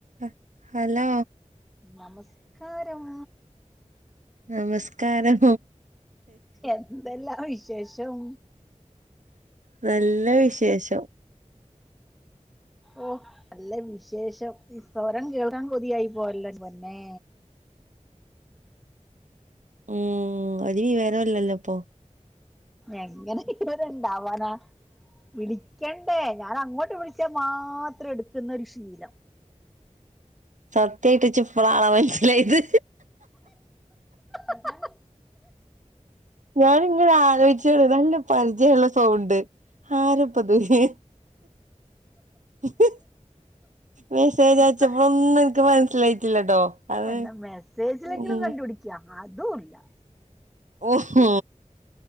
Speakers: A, on the right; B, in the centre.
A: അ hello
B: നമസ്കാരം.
A: നമസ്കാരം
B: എന്തല്ലാ വിശേഷം?
A: നല്ല വിശേഷം.
B: ഓ നല്ല വിശേഷം സ്വരം കേൾക്കാൻ കൊതിയായി പോയല്ലോ പൊന്നേ.
A: മ്മ് ഒരു വിവരല്ലല്ലോ പ്പോ -
B: എങ്ങനെ വിവരണ്ടവനാ. വിളിക്കണ്ടേ ഞാൻ അങ്ങോട്ട് വിളിച്ചാ മാത്രം എടുക്കുന്ന ഒരു ശീലം.
A: സത്യായിട്ട് ചിപ്പളാ ആളെ മനസിലായത്.
B: അതാണ്
A: ഞാനിങ്ങനെ അലോയിച്ചാണ് നല്ല് പരിചയള്ള സൗണ്ട് ആരപ്പത് ഹ്. ഹ് മെസ്സേജ്
B: ഇപ്പൊ
A: അയച്ചപ്പോന്നും ഇനിക്ക് മനസ്സിലായിട്ടില്ലട്ടോ. അത്
B: എന്താ മെസ്സേജിങ്കിലും
A: ഉം
B: കണ്ടുപിടിക്ക അതുംല്ല.
A: ഓഹോ